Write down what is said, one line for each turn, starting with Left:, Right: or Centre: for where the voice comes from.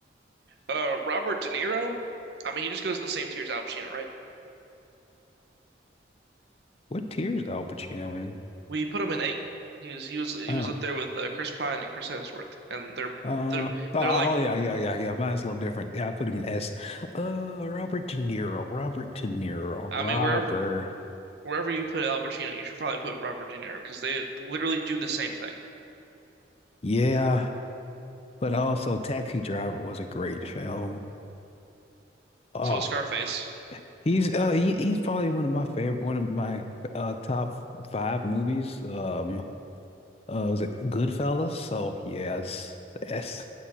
Right: Uh, Robert De Niro. I mean, he just goes in the same tier as Al Pacino, right?
Left: What tier is Al Pacino in?
Right: We put him in eight. He was he was he
Left: Oh,
Right: was up there with uh, Chris Pine and Chris Hemsworth, and they're
Left: uh,
Right: they're
Left: oh, oh,
Right: they're like
Left: yeah, yeah, yeah, yeah. Mine's a little different. Yeah, I put him in S. Uh, Robert De Niro, Robert De Niro,
Right: I
Left: Robert.
Right: mean wherever wherever you put Al Pacino, you should probably put Robert De Niro because they literally do the same thing.
Left: Yeah, but also Taxi Driver was a great film. Oh,
Right: So with Scarface,
Left: he's uh, he, he's probably one of my favorite, one of my uh top five movies. Um, uh, was it Goodfellas? So yeah, it's S.